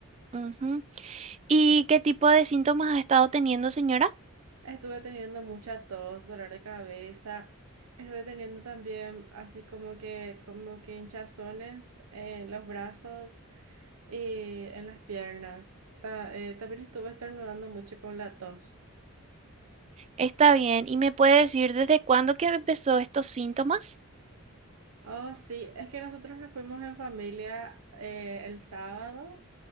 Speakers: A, on the right (about 30°); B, on the right (about 85°).
A: Ujú. ¿Y qué tipo de síntomas ha estado teniendo, señora?
B: Estuve teniendo mucha tos, dolor de cabeza. Estuve teniendo también así como que, como que hinchazones en los brazos y en las piernas. Ta- eh, también estuve estornudando mucho con la tos.
A: Está bien. ¿Y me puede decir desde cuándo que empezó estos síntomas?
B: Oh, sí, es que nosotros nos fuimos en familia eh, el sábado,